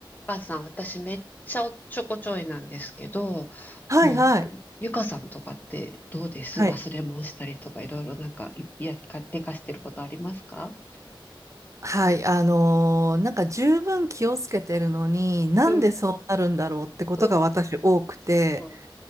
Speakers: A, on the left; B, on the right.
A: かさん、私めっちゃおっちょこちょいなんですけど、
B: はいはい。
A: もうゆ、ゆかさんとかってどうです忘れ物したりとかいろいろなんか、
B: はい。
A: いいや、か、でかしてることありますか
B: はい。あのーなんか十分気をつけてるのに、なんでそうなるんだろうってことが私多くて、
A: うん、うん、うん、